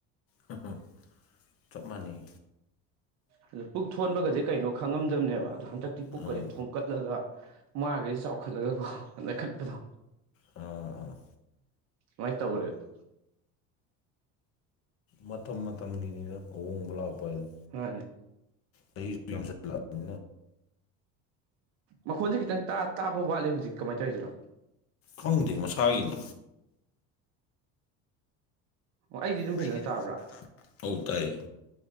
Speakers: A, on the left; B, on the right.
A: <unintelligible> ꯆꯞ ꯃꯥꯟꯅꯩ
B: ꯑꯗꯣ ꯄꯨꯛ ꯊꯣꯟꯕꯒꯁꯦ ꯀꯩꯅꯣ ꯈꯪꯉꯝꯗꯕꯅꯦꯕ ꯑꯗꯣ ꯍꯟꯗꯛꯇꯤ ꯄꯨꯛꯀꯁꯦ
A: ꯑꯥ
B: ꯊꯣꯒꯠꯂꯒ ꯃꯥꯒꯁꯦ ꯆꯥꯎꯈꯠꯂꯒꯀꯣ ꯅꯣꯏꯈꯠꯄꯗꯣ
A: ꯑꯥ
B: ꯑꯃꯥꯏꯅ ꯇꯧꯈꯔꯦꯕ
A: ꯃꯇꯝ ꯃꯇꯝꯒꯤꯅꯤꯗ ꯑꯍꯣꯡꯕ ꯂꯥꯛꯄ ꯍꯥꯏꯗꯣ
B: ꯃꯥꯟꯅꯦ
A: ꯆꯍꯤꯁꯨ ꯌꯥꯝꯁꯤꯜꯂꯛꯑꯕꯅꯦ
B: ꯃꯈꯣꯟꯁꯦ ꯈꯤꯇꯪ ꯇꯥ- ꯇꯥꯕ ꯋꯥꯠꯂꯤ ꯍꯧꯖꯤꯛ ꯀꯃꯥꯏꯅ ꯇꯧꯔꯤꯖꯥꯠꯅꯣ
A: ꯈꯪꯗꯦ ꯃꯁꯥꯒꯤꯅꯤ꯫
B: ꯑꯣ ꯑꯩꯗꯤ ꯑꯗꯨꯝ
A: ꯑꯩꯒꯤꯗꯤ
B: ꯇꯥꯕ꯭ꯔꯥ
A: ꯐꯖꯅ ꯇꯥꯕ꯭ꯔ? ꯑꯧ ꯇꯥꯏꯌꯦ꯫